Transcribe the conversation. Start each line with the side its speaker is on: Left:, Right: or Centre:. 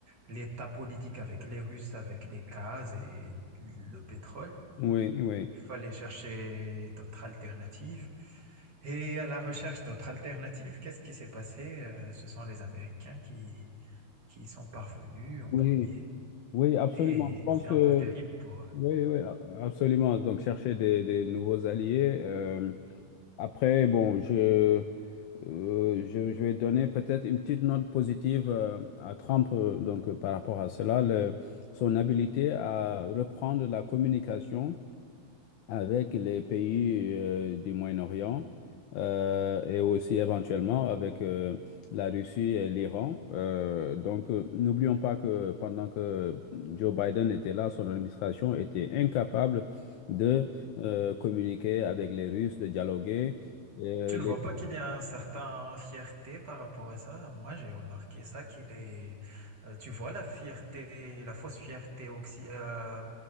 Right: l'état politique avec les Russes, avec les gaz et le pétrole.
Left: oui, oui.
Right: Il fallait chercher d'autres alternatives. Et à la recherche d'autres alternatives, qu'est-ce qui s'est passé? Euh, ce sont les Américains qui, qui sont parvenus en
Left: Oui,
Right: premier.
Left: oui, absolument.
Right: Et
Left: Je pense
Right: c'est
Left: que
Right: un peu terrible pour eux.
Left: Oui, oui, a- absolument. Donc, chercher des, des nouveaux alliés. Euh, après, bon, je, euh, je, je vais donner peut-être une petite note positive euh, à Trump euh, donc, euh, par rapport à cela, le- son habilité à reprendre la communication avec les pays euh, du Moyen-Orient euh, et aussi éventuellement avec euh, la Russie et l'Iran. Euh, donc, euh, n'oublions pas que pendant que Joe Biden était là, son administration était incapable de euh, communiquer avec les Russes, de dialoguer. Euh,
Right: Tu ne
Left: les,
Right: vois pas qu'il y a un certain fierté par rapport à ça? Moi, j'ai remarqué ça, qu'il est... euh, tu vois la fierté, la fausse fierté oxy- euh,